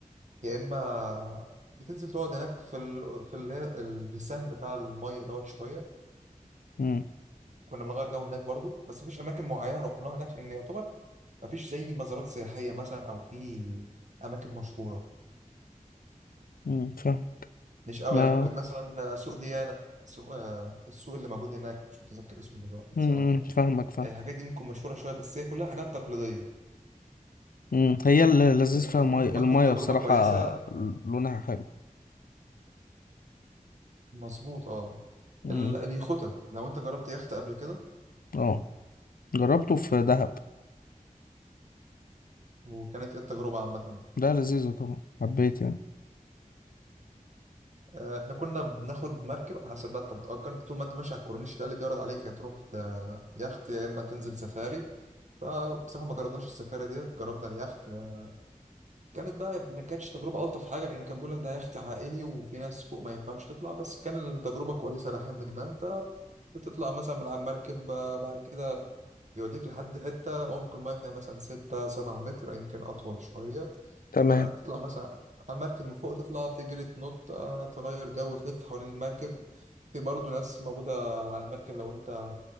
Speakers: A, on the right; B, on the left.
A: يا إما بتنزل تقعد هناك في ال... في ال... اللسان بتاع المية دوت شوية
B: امم
A: كنا بنغير جو هناك برضو بس مفيش أماكن معينة رحناها هناك لأن يعتبر مفيش زي مزارات سياحية مثلا أو في أماكن مشهورة
B: امم فاهم
A: مش قوي
B: ما
A: يعني ممكن مثلا سوق ديانا سوق آه، السوق اللي موجود هناك مش متذكر اسمه دلوقتي بصراحة
B: امم فاهمك فاهم
A: الحاجات دي ممكن مشهورة شوية بس هي كلها حاجات تقليدية
B: امم هي اللي لذيذ
A: اللي
B: فيها المية
A: ممكن
B: المية
A: ما تكون تجربة
B: بصراحة
A: كويسة
B: لونها حلو
A: مظبوط اه
B: امم
A: ال- اليخوتة لو انت جربت يخت قبل كده
B: اه جربته في دهب
A: وكانت ايه التجربة عامة
B: ده لذيذة طبعا حبيت يعني
A: آه، احنا كنا بناخد مركب على حسب بقى انت بتأجر انت طول ما انت ماشي على الكورنيش ده اللي بيعرض عليك يا تروح ت- يخت يا اما تنزل سفاري فبصراحة ما جربناش السفاري ديت جربنا اليخت آه، كانت بقى ما كانتش تجربة ألطف حاجة لأن كان بيقول لك ده يخت عائلي وفي ناس فوق ما ينفعش تطلع بس كان التجربة كويسة لحد ما انت بتطلع مثلا من على المركب آه، بعد كده بيوديك لحد حتة عمق الماية فيها مثلا ستة سبعة متر يمكن أطول شوية
B: تمام
A: آه، تطلع مثلا على المركب من فوق تطلع تجري تنط آه، تغير جو تلف حوالين المركب في برضه ناس موجودة على المركب لو أنت